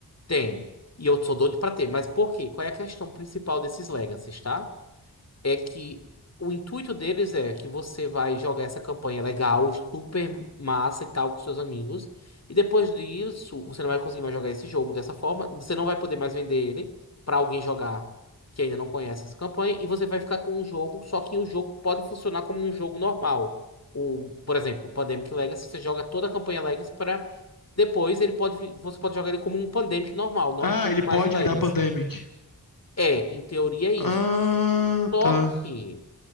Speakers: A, on the left; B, on the left.
A: Tem. E eu sou doido pra ter. Mas por quê? Qual é a questão principal desses Legacies, tá? é que o intuito deles é que você vai jogar essa campanha legal, super massa e tal com seus amigos. E depois disso, você não vai conseguir mais jogar esse jogo dessa forma. Você não vai poder mais vender ele para alguém jogar que ainda não conhece essa campanha. E você vai ficar com um jogo, só que o jogo pode funcionar como um jogo normal. O, por exemplo, Pandemic Legacy, você joga toda a campanha Legacy para depois ele pode, vi- você pode jogar ele como um Pandemic normal, não
B: Ah,
A: como
B: ele pode
A: mais o Legacy.
B: virar Pandemic.
A: É, em teoria é isso.
B: Ah,
A: Só
B: tá.
A: que